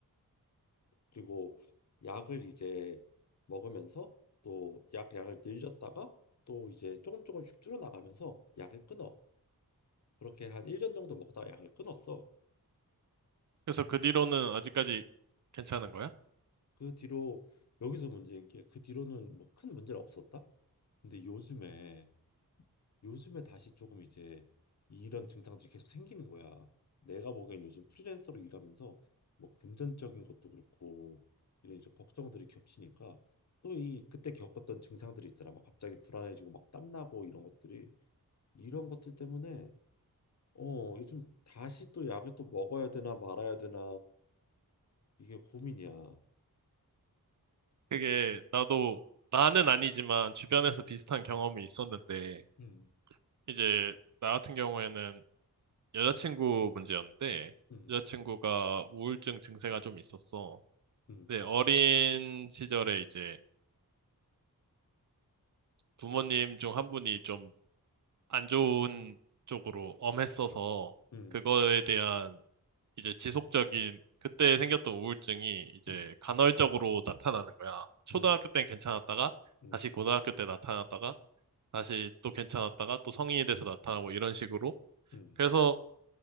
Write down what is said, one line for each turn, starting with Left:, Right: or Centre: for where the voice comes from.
Left: 그리고 약을 이제 먹으면서 또 약 양을 늘렸다가 또 이제 조금 조금씩 줄어나가면서 약을 끊어. 그렇게 한 1년 정도 먹다가 약을 끊었어.
Right: 그래서 그 뒤로는 아직까지 괜찮은 거야?
Left: 그 뒤로 여기서 문제인 게 그 뒤로는 뭐 큰 문제는 없었다. 근데 요즘에 요즘에 다시 조금 이제 이런 증상들이 계속 생기는 거야. 내가 보기엔 요즘 프리랜서로 일하면서 뭐 금전적인 것도 그렇고 이런 이제 걱정들이 겹치니까 또 이 그때 겪었던 증상들이 있잖아. 막 갑자기 불안해지고 막 땀나고 이런 것들이 이런 것들 때문에 어 요즘 다시 또 약을 또 먹어야 되나 말아야 되나 이게 고민이야.
Right: 그게 나도 나는 아니지만 주변에서 비슷한 경험이 있었는데
Left: 음,
Right: 이제 나 같은 경우에는 여자친구 문제였는데
Left: 음,
Right: 여자친구가 우울증 증세가 좀 있었어.
Left: 음,
Right: 근데 어린 시절에 이제 부모님 중 한 분이 좀 안 좋은 쪽으로 엄했어서
Left: 음,
Right: 그거에 대한 이제 지속적인 그때 생겼던 우울증이 이제
Left: 음,
Right: 간헐적으로 나타나는 거야. 초등학교
Left: 음,
Right: 땐 괜찮았다가
Left: 음,
Right: 다시 고등학교 때 나타났다가 다시 또 괜찮았다가 또 성인이 돼서 나타나고 이런 식으로.
Left: 음,
Right: 그래서